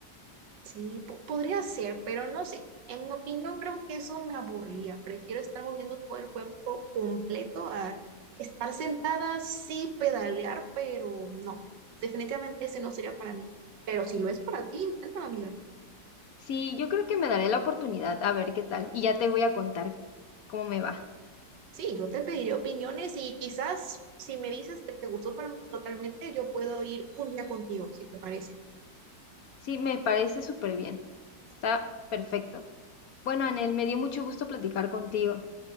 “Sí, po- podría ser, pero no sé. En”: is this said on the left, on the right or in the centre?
Right